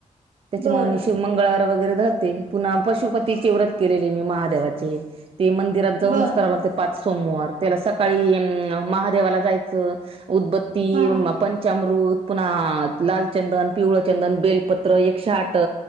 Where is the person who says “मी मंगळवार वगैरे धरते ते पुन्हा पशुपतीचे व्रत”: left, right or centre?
Right